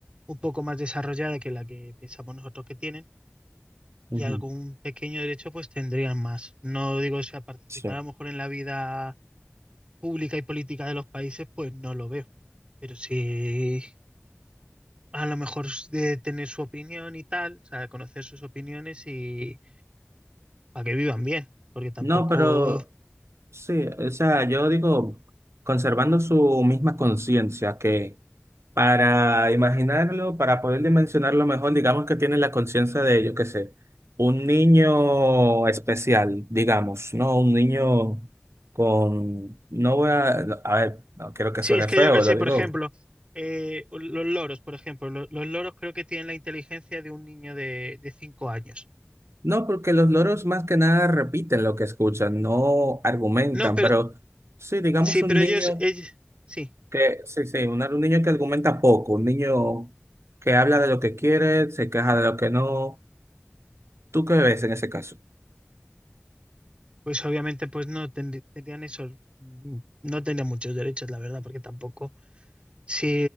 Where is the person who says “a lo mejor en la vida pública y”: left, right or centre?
Right